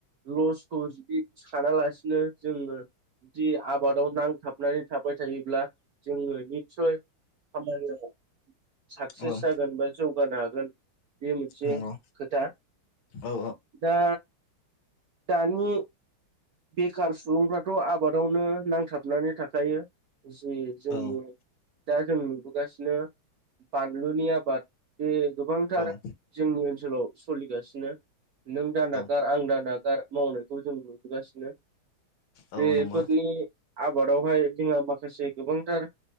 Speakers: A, on the right; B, on the left.
A: लसखौ जुदि सानालासिनो जोङो जुदि आबादाव नांथाबनानै थाबाय थायोब्ला जोङो नित्सय खामानियाव साक्सेस
B: औ
A: जागोन बा जौगानो हागोन बे मोनसे
B: नंगौ
A: खोथा
B: औ
A: दा दानि बेखार सुबुंफ्राथ आबादावनो नांथाबनानै थाखायो जि जोंनि
B: औ
A: दा जों नुबोगासिनो बानलुनि आबाद बे गोबांथार
B: औ
A: जोंनि ओनसोलाव सलिगासिनो नों दानागार
B: औ
A: आं दानागार मावनायखौ जों नुबोगासिनो
B: औ
A: बेफोरनि
B: नंगौ
A: आबादावहाय जोंहा माखासे गोबांथार